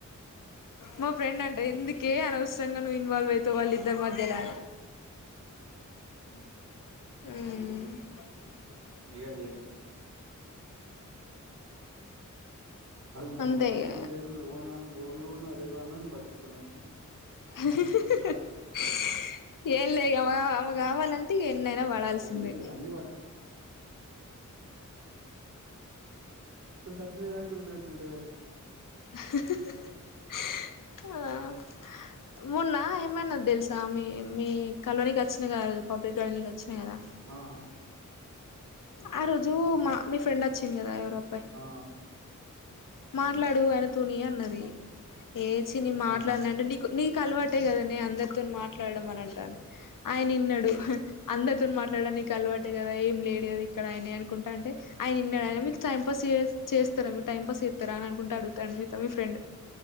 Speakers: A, on the left; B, on the right.
A: మా ఫ్రెండ్ అంట ఎందుకే అనవసరంగా నువ్వు ఇన్వాల్వ్ అయిత వాళ్ళు ఇద్దరి మధ్యలా
B: అ
A: ఉమ్
B: <unintelligible> అది మరి
A: అంతే
B: నాకు అవసరం
A: ఇగ
B: లేదు ఓ ఓను కూడా నా లేదును పట్టించున్నా
A: <unintelligible> పడాల్సిందే
B: <unintelligible> మం సచ్చవేదా కొడుతు వకుంట
A: ఆ ఉన్నా ఏమైనా తెలుసా మీ మీ కలోనీకి వచ్చినా కాదు పబ్లిక్ గార్డెన్ వ కా
B: ఆ
A: ఆ రోజు మా మీ ఫ్రెండ్ వచ్చింది కదా ఎవరో త
B: ఆ ఆ
A: మాట్లాడు ఆయన తుని అన్నది ఏచి నీ మాట్లాడినంటే
B: ఆ ఆ!
A: నీకు నీకు అలవాటు అంతే కదా నే అందరితో మాట్లాడడం అని అంటాను ఆయన ఇన్నాడు అందరితో మాట్లాడడా నీకు అల కదా ఏం లేదు కదా ఇక్కడయ అనుకుంటా అంటే ఆయన నిన్నాడుయ మీకు టైం పాస్ చేస్తారా మీ టైం పాస్ రా అని అనుకుంటే అడుగుతాను మీ ఫ్రెండ్